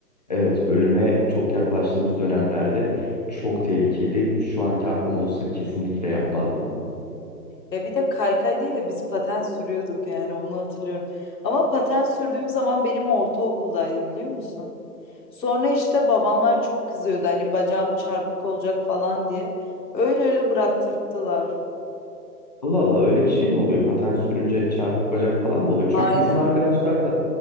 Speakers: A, on the left; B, on the left.
A: Evet, ölüme çok yaklaştığımız dönemlerde çok tehlikeli. Şu anki aklım olsa kesinlikle yapmazdım.
B: Ya bir de kaykay değil de biz paten sürüyorduk yani onu hatırlıyorum. Ama paten sürdüğüm zaman benim ortaokuldaydı biliyor musun? Sonra işte babamlar çok kızıyordu hani bacağım çarpık olacak falan diye. Öyle öyle bıraktırttılar.
A: Allah Allah öyle bir şey mi oluyor? Patent sürünce çarpık bacak falan mı oluyor? Çünkü
B: Aynen.
A: bizim arkadaşlar da